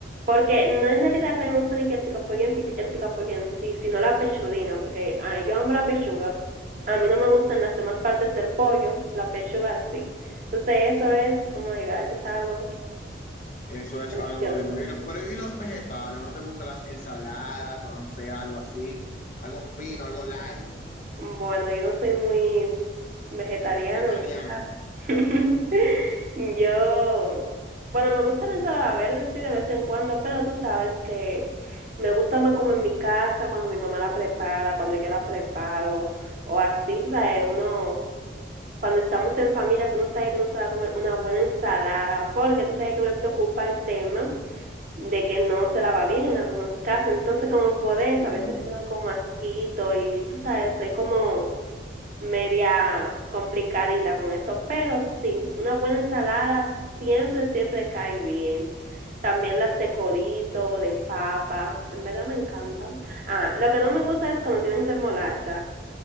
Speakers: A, on the right (about 45°); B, on the left (about 45°).
A: porque no es en realidad que a mí me gusta de que el picapollo en, pic- el picapollo en sí, sino la pechudina, porque ah, yo amo la pechuga, a mí no me gustan las demás partes del pollo, la pechuga sí, entonces eso es, oh my god, eso es algo
B: Eso es
A: delicioso.
B: algo divino. Pero, ¿y los vegetales? ¿No te gustan las ensaladas o no sé, algo así? Algo fino, algo light,
A: Bueno, yo no soy muy vegetariana
B: vegetariana.
A: en verdad. <laughs> Yo, bueno, me gusta la ensalada verde, sí, de vez en cuando, pero tú sabes que me gusta más como en mi casa, cuando mi mamá la prepara, cuando yo la preparo, o así, tú sabes, uno, cuando estamos en familia, que uno sabe que uno se va a comer una buena ensalada, porque tú sabes que me preocupa el tema de que no se la va bien en algunos casos, entonces como por
B: Sí.
A: eso, a veces le tengo como asquito y tú sabes, soy como media complicadita con eso, pero sí, una buena ensalada siempre, siempre cae bien. También las de corito, de papa, en verdad me encanta. Ah, lo que no me gusta es cuando tienen remolacha,